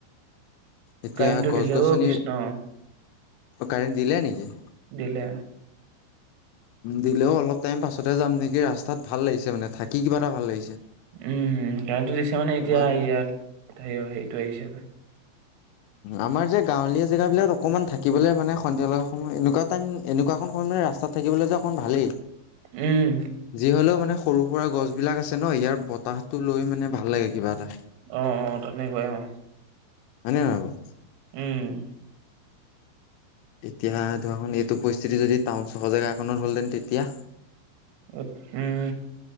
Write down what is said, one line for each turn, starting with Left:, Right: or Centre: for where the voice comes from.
Left: এতিয়া
Right: কাৰেণ্টটো
Left: গছ-গছনি,
Right: দিলে অ' কৃষ্ণ
Left: কাৰেণ্ট দিলে নেকি?
Right: দিলে।
Left: দিলেও অলপ টাইম পাছতে যাম নেকি ৰাস্তাত ভাল লাগিছে মানে থাকি কিবা ভাল লাগিছে।
Right: উম' কাৰেণ্টটো দিছে মানে
Left: তোমাৰ
Right: এতিয়া ইয়াত সেইটো আহিছে সপাই।
Left: আমাৰ যে গাঁৱলীয়া জেগাবিলাক অকণমান থাকিবলে মানে সন্ধিয়া লগা সময় এনেকুৱাত এনেকুৱা অকণ সময়ত মানে ৰাস্তাত থাকিবলে যে অকমান ভালেই।
Right: উম'।
Left: যি হ'লেও মানে সৰু-সুৰা গছ বিলাক আছে ন, ইয়াৰ বতাহটো লৈ মানে ভাল লাগে কিবা এটা।
Right: অ'অ' তেনেকুৱাই অ'।
Left: হয় নে নহয় বাৰু।
Right: উম'।
Left: এতিয়া ধৰা মানে এইটো পৰিস্থিতি যদি টাউন চহৰ জেগাকনত হ'লহেতেন তেতিয়া?
Right: উম'